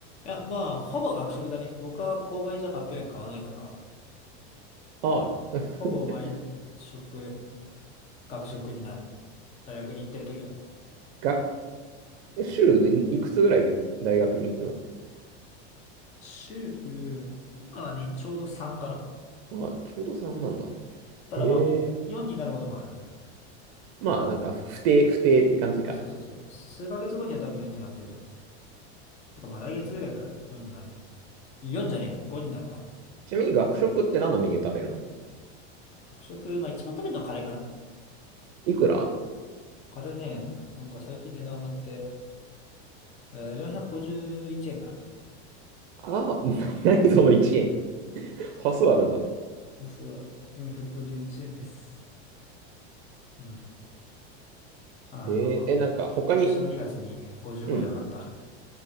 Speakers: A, on the left; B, on the right.
A: いや、まあ、ほぼ学食だね。僕は購買じゃカップ麺買わないから、
B: ああ、<laughs>
A: ほぼ毎食、学食になる。大学に行ってる時はね。
B: 学、週でいくつぐらい大学に行く
A: 週、今はね、ちょうど3かな。
B: のああ、ちょうど3なんだ。
A: ただまあもう4になることもある
B: へえ。まあ、
A: ぐらい。
B: なんか、不定、不定って感じか。
A: そうそうそうそう。数ヶ月後には多分4になってると思う。てかまあ来月ぐらいから4になるよ。4じゃねえや、5になるわ。
B: ちなみに学食って何のメニュー食べるの
A: 学食、まあ一番食べるのはカレーかな。
B: いくら
A: カレーね、なんか最近値段上がって、えー、451円かな。
B: ああ、<laughs> な何その1円。端数あるんだ。
A: お座る。451円です。うん。あの、
B: へえ、え、なんか他に、
A: 今年の2月に55円上がった。
B: うん。